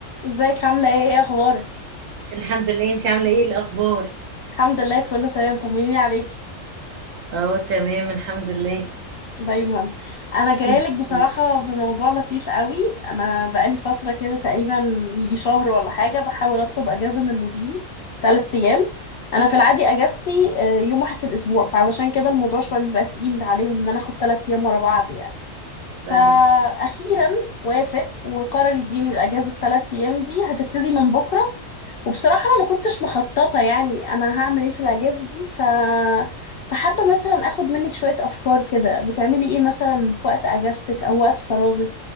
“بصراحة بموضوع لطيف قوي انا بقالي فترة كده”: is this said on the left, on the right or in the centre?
Left